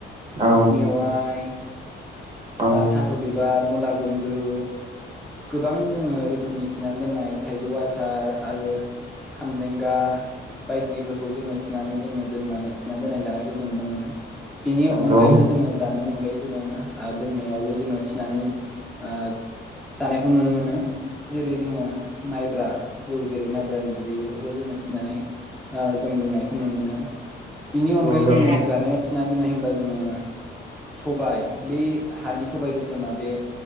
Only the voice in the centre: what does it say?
मेवाइ
थास' बिबार मुला गुन्द्रु गोबां जोङो रोखोमनि थिनानै दोननाय थाइजौ आसार आरो खामब्रेंगा बायदिफोरखौ जोङो थिनानै जोङो दोननानै थिनानै दोननाय जानायखौ जों नुनो मोनो। बेनि
अनगायैबो जोङो जानायनि अनगायै जोङो लोंनायावबो जोङो थिनानै ओ जानायखौ नुनो मोनो। जेरै जोङो माइब्रा जौ जेरै माइब्रानि बिदै बेफोरखौ जोङो थिनानै ओ जों लोंनायखौ नुनो मोनो। बिनि अनगायै
जोङो जानायाव थिनानै दोननाय होमबा जोङो सबाय बे हानि सबाय गोसोमा बे